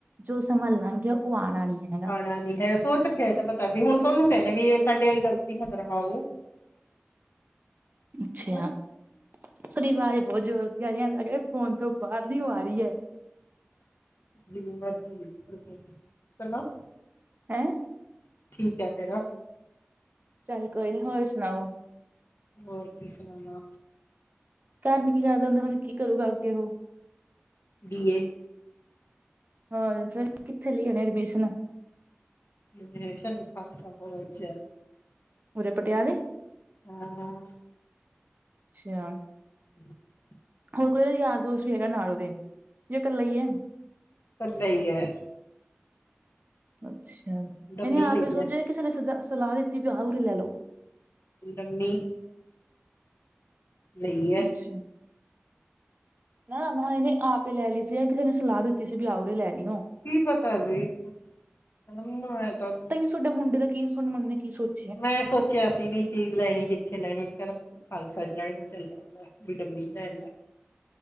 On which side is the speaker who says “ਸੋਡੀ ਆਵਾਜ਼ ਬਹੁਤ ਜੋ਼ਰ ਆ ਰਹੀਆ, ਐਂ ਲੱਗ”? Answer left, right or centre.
Right